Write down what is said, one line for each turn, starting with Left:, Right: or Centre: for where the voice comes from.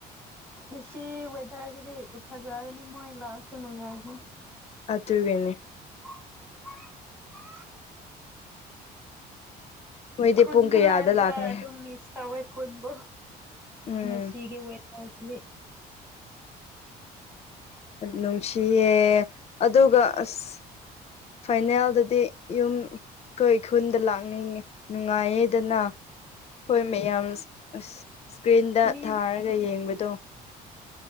Centre: ꯑꯁꯤ ꯋꯦꯗꯔꯁꯤꯗꯤ ꯐꯖꯒꯅꯤ ꯃꯣꯏ ꯂꯥꯛꯑꯁꯨ ꯅꯨꯡꯉꯥꯏꯅꯤ
Left: ꯑꯗꯨ ꯑꯗꯨꯒꯅꯤ
Centre: <inaudible>
Left: ꯃꯣꯏꯗꯤ
Centre: ꯈꯨꯟꯂꯥꯏꯔꯒ
Left: ꯄꯨꯡ ꯀꯌꯥꯗ ꯂꯥꯛꯀꯅꯤ
Centre: ꯑꯗꯨꯝ ꯃꯤꯁ ꯇꯧꯦ ꯍꯨꯟꯕ
Left: ꯎꯝ
Centre: ꯉꯁꯤꯒꯤ ꯋꯦꯗꯔꯁꯤꯗꯤ
Left: ꯅꯨꯡꯁꯤꯌꯦ ꯑꯗꯨꯒ ꯑꯁ ꯐꯥꯏꯅꯦꯜꯗꯗꯤ ꯌꯨꯝ ꯑꯩꯈꯣꯏ ꯈꯨꯟꯗ ꯂꯥꯛꯅꯤꯡꯉꯤ ꯅꯨꯡꯉꯥꯏꯌꯦꯗꯅ ꯑꯩꯈꯣꯏ ꯃꯌꯥꯝ ꯑꯁ ꯏꯁꯀ꯭ꯔꯤꯟꯗ
Centre: ꯃꯤ
Left: ꯊꯥꯔꯒ ꯌꯦꯡꯕꯗꯣ